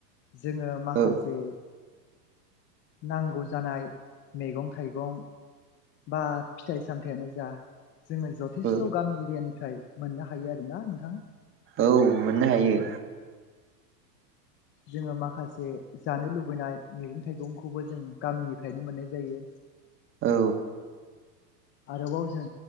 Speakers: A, on the left; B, on the right.
A: जोङो माखासे
B: औ
A: नांगौ जानाय मैगं थाइगं बा फिथाइ सामथायानो जा जोङो जथ जथेस्थ'
B: औ
A: गामि एरियानिफ्राय मोननो हायो आरोना नोंथां
B: औ मोननो हायो
A: जोङो माखासे जानो लुबैनाय मैगं थाइगंखौबो जों गामिनिफ्रायनो मोननाय जायो
B: औ
A: आरोबाव जों